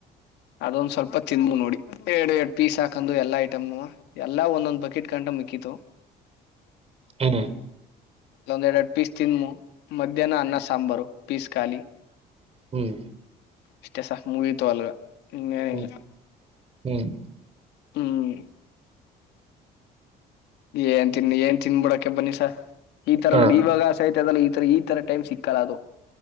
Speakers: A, on the left; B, on the right.
A: ಅದೊಂದ್ ಸ್ವಲ್ಪ ತಿದ್ ನೋಡಿ ಎರ ಎರಡ್ ಪೀಸ್ ಹಾಕಂಡು ಎಲ್ಲಾ ಐಟಮನು ಎಲ್ಲಾ ಒಂದೊಂದ್ ಬಕೆಟ್ ಗಂಟ ಮಿಕ್ಕಿತು
B: ಹ್ಮ್
A: ಒಂದ ಎರಡು ಎರಡು ಪೀಸ್ ತಿನ್ ಮಧ್ಯಾಹ್ನ ಅನ್ನ ಸಾಂಬಾರು ಪೀಸ್ ಖಾಲಿ
B: ಹ್ಮ್
A: ಅಷ್ಟೇ ಸಾ ಮುಗತು ಅಲ್ಗ ಹಂಗೇನ
B: ಹ್ಮ್
A: ಇಲ್ಲ
B: ಹ್ಮ್
A: ಹ್ಮ್ ಏನ್ ತಿನ್ ಏನ್ ತಿನ್ಬಿಡಕೆ ಬನ್ನಿಸ ಈ ತರ
B: ಹ
A: ನೋಡಿ ಇವಾಗ ಸಹತ ಅದಲ್ಲ ಈ ತರ ಈ ತರ ಟೈಮ್ ಸಿಕ್ಕಲ್ಲ ಅದು